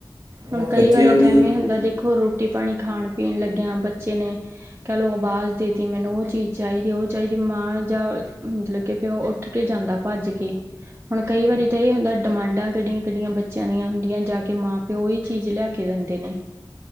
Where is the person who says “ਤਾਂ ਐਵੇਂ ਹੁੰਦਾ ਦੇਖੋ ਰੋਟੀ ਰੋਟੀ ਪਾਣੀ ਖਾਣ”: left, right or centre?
Right